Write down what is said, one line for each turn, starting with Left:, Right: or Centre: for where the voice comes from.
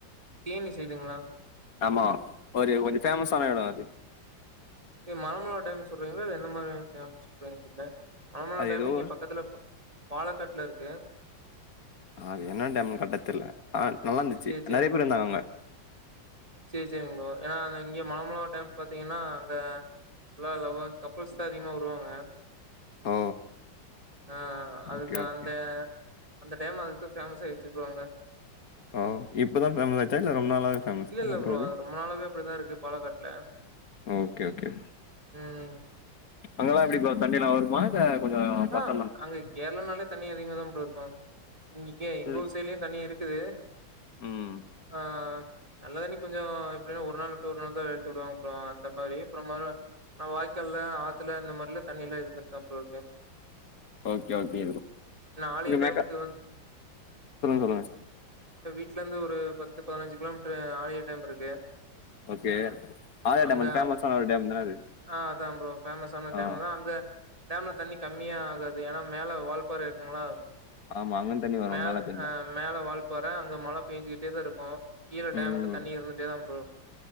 Right: தேனி சைடுங்ளா
Left: ஆமா ஒரு கொஞ்சோ பேமஸ் ஆன இடம் அது
Right: மனமல டேம் சொல்றீங்ளா இல்ல எந்த மாரி டேம் சொல்றீங்க தெர்ல மனமல
Left: அது
Right: டேம்
Left: ஏதோ
Right: இங்க பக்கத்துல ப பாலக்காட்ல இருக்கு
Left: அது என்ன டேம்னு கரெக்டா தெர்ல ஆ நல்லா இருந்துச்சு
Right: சரி, சரிங்க.
Left: நெறையா பேர் இருந்தாங்க அங்க
Right: சரி, சரிங்க ப்ரோ. ஏன்னா அத இங்க மாமளா டேம் பாார்த்தீங்கன்னா அங்க வேற லவல் கப்புல்ஸ் தான் அதிகமாக வருவாங்க
Left: ஓ!
Right: ஆ அதுக்கு
Left: ஓகே, ஓகே.
Right: அந்த அந்த டேம் அதுக்கு தா ஃபேமஸ் ஆயி ச்சுப்பவாங்க
Left: ஓ இப்பதான் பேமஸ் ஆச்சா இல்ல ரொம்ப நாளாவே ஃபேமஸ்
Right: இல்ல,
Left: தானா
Right: இல்ல
Left: ப்ரோ அது
Right: ரொம்ப நாளாவே அப்படிதான் இருக்கு பாலக்காட்ல.
Left: ஒகே ஒகே
Right: ம்.
Left: அங்கெல்லா எப்டி ப்ரோ தண்ணி எல்லாம் வருமா இல்ல கொஞ்சம் கஷ்டம்
Right: ஆ
Left: தானா?
Right: அங்க கேரளா நாலே தண்ணி அதிகமா தான் ப்ரோ இரு அ ங்க்க எங்க
Left: ம்,
Right: ஊர் சைடுலயும் தண்ணி இருக்கு து
Left: ம்.
Right: ஆ நல்ல தண்ணி கொஞ்சோ கொஞ்சோ எப்டின்னா ஒரு நாள் உட்டு ஒரு நாள் தான் <unintelligible> அப்புறோ அந்த மாரி அப்புறோ நான் வாய்கால்ல ஆத்துல இந்த மாதிரில தண்ணியல்லாம் இருக்க அப்புறம் இரு
Left: ஓகே ஓகே
Right: ஏன்னா ஆழியார்
Left: சொல்லுங்க
Right: டேமுக்கு வந்து
Left: சொல்லுங்க
Right: ல இருந்து ஒரு பத்து பதின்சு கிலோமீட் ஆ டேம் இருக்கு
Left: ஓகே. ஆழியா
Right: அங்க
Left: டேம் அது ஃபேமஸான ஒரு டேம் தான அது?
Right: ஆ அத்தா ப்ரோ பேமஸ் ஆன
Left: ஆ,
Right: டேம் தான் அங்க டேம்ல தண்ணி கம்மியா ஆகாது ஏன்னா மேல வழ்ப்பாறை இருக்குங்களா
Left: ஆமா. அங்கருந்து தண்ணி வரும்
Right: மேல
Left: பெஞ்சா.
Right: அஹ் மேல வாழ்ப் போறே அங்க மழ பெஞ்சுட்டேதா இருக்கு ஈர
Left: ம்.
Right: டேம்முக்கு தண்ணி இருந்துட்டே தா ப்ரோ